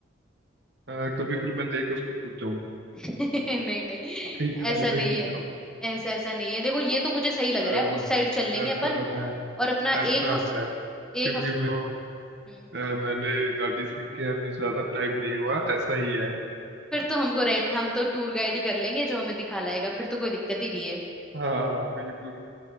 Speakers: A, on the right (about 60°); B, in the centre.
A: अ, कभी फिर मैं लेके उसको पूछ जाऊं
B: <laughs> नहीं नहीं
A: कहीं खाई
B: ऐसा नहीं
A: में कूद
B: है
A: जाऊं
B: ऐसा ऐसा नहीं है देखो ये तो मुझे सही लग
A: अ,
B: रहा है उस साइड चल लेंगे
A: ऐसा
B: अपन
A: है
B: और अपना
A: ऐसा
B: एक हफ्ते
A: है क्योंकि
B: एक
A: मैं तो,
B: हफ्ते
A: अ, मैंने गाड़ी सीख के अभी ज्यादा टाइम नहीं हुआ ऐसा ही है
B: फिर तो हमको रेंट हम तो टूर गाइड ही कर लेंगे जो हमें दिखा लाएगा फिर तो कोई दिक्कत ही नहीं है
A: हाँ हाँ बिल्कुल